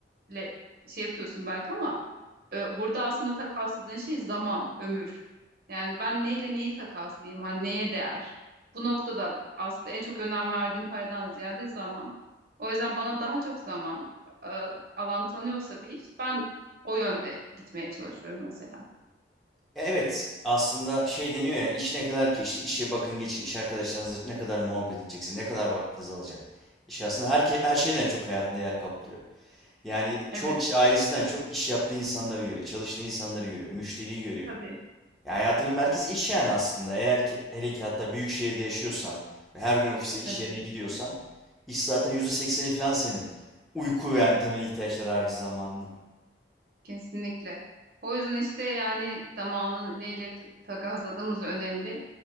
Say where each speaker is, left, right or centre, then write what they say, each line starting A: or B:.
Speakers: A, on the right (about 55°); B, in the centre.
A: ile şey yapıyorsun belki ama e, burada aslında takasladığın şey zaman, ömür. Yani ben neyle neyi takaslayayım? Hani neye değer? Bu noktada aslında en çok önem verdiğim paradan ziyade zaman. O yüzden bana daha çok zaman e, alan tanıyorsa bir iş ben o yönde gitmeye çalışıyorum mesela.
B: E, Evet, aslında şey deniyor ya, iş ne kadar ki işte işe bakın geçin, iş arkadaşlarınızla ne kadar muhabbet edeceksiniz, ne kadar vaktiniz alacak. İş aslında her, ke- her şeyden çok hayatında yer kaplıyor. Yani çoğu
A: Evet,
B: kişi ailesinden çok iş yaptığı insanları görüyor, çalıştığı insanları görüyor, müşteriyi görüyor.
A: tabii,
B: Ya hayatının merkezi iş yani aslında. Eğer ki hele ki hatta büyük şehirde yaşıyorsan ve her gün ofise iş
A: tabii.
B: yerine gidiyorsan iş zaten yüzde sekseni falan senin. Uyku ve yani temel ihtiyaçlar harici zamanının.
A: Kesinlikle. O yüzden işte yani zamanı neyle t- takasladığımız önemli.